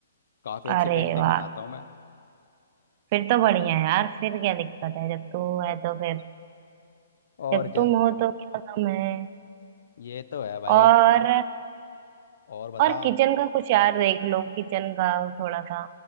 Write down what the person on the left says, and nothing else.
काफी अच्छी
पेंटिंग
बनाता हूँ मैं
और
क्या
ये तो है भाई
और बता